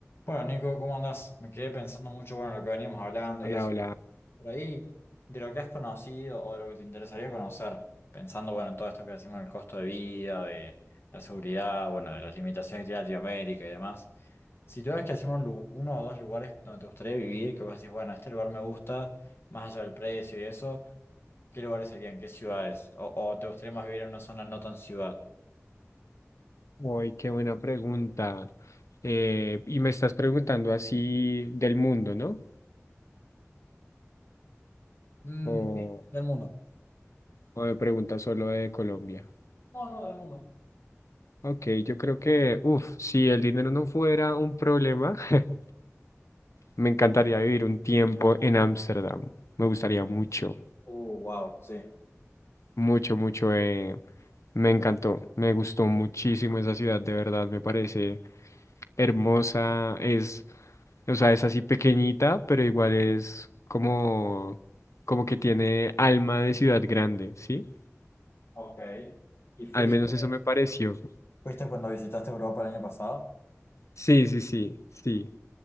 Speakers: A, on the left; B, on the left.
A: Bueno, Nico, ¿cómo andás? Me quedé pensando mucho, bueno, en lo que veníamos hablando
B: Hola,
A: y eso.
B: hola.
A: Por ahí, de lo que has conocido o de lo que te interesaría conocer, pensando, bueno, en todo esto que decimos del costo de vida, de la seguridad, bueno, de las limitaciones que tiene Latinoamérica y demás. Si tuvieras que decirme un lu- uno o dos lugares donde te gustaría vivir, que vos decís, bueno, este lugar me gusta, más allá del precio y eso, ¿qué lugares serían? ¿Qué ciudades? ¿O, o te gustaría más vivir en una zona no tan ciudad?
B: Uy, qué buena pregunta. Eh, y me estás preguntando así del mundo, ¿no?
A: Mm,
B: O,
A: sí, del mundo.
B: o me preguntas solo de Colombia.
A: No, no, del mundo.
B: Ok, yo creo que, uff, si el dinero no fuera un problema, <laughs> me encantaría vivir un tiempo en Ámsterdam. Me gustaría mucho,
A: Uh, wow, sí.
B: mucho, mucho. eh, me encantó, me gustó muchísimo esa ciudad, de verdad, me parece. hermosa, es, o sea, es así pequeñita, pero igual es como, como que tiene alma de ciudad grande, ¿sí?
A: Ok. ¿Y fuiste,
B: Al menos eso me pareció.
A: fuiste cuando visitaste Europa el año pasado?
B: Sí, sí, sí, sí.